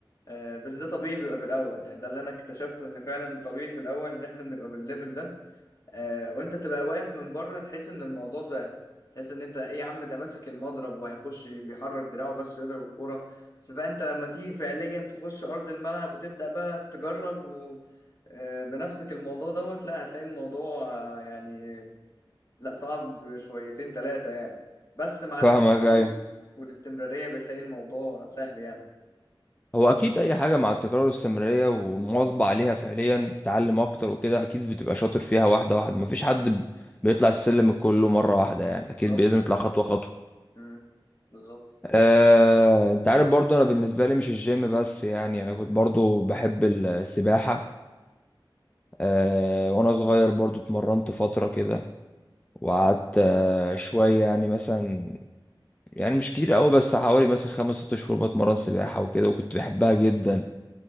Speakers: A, on the left (about 40°); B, on the left (about 15°).
A: آه، بس ده طبيعي بيبقى في الاول يعني ده اللي انا اكتشفته ان فعلا طبيعي في الاول ان احنا نبقى بالليفل ده آه، وانت تبقى واقف من بره تحس ان الموضوع سهل تحس ان انت ايه يا عم ده ماسك المضرب وهيخش بيحرك دراعه بس يضرب الكوره بس بقى انت لما تيجي فعليا تخش ارض الملعب وتبدا بقى تجرب و آه، بنفسك الموضوع دوت لا هتلاقي الموضوع آه، يعني لا صعب شويتين ثلاثه يعني بس مع
B: فاهمك
A: التكرار
B: أيوة
A: والاستمراريه بتلاقي الموضوع سهل يعني
B: هو أكيد أي حاجة مع التكرار والاستمرارية والمواظبة عليها فعليا تعلم أكتر وكده أكيد بتبقى شاطر فيها واحدة واحدة مفيش حد ب- بيطلع السلم كله مرة واحدة يعني أكيد
A: بالظبط
B: لازم يطلع خطوة خطوة
A: مم. بالظبط
B: آه، انت عارف برضو انا بالنسبه لي مش الجيم بس يعني انا كنت برضو بحب السباحه آه، وانا صغير برضو اتمرنت فترة كده وقعدت
A: حلو
B: آه، شوية يعني مثلا يعني مش كتير قوي بس حوالي مثلا خمس ست شهور بتمرن سباحة وكده وكنت بحبها جدا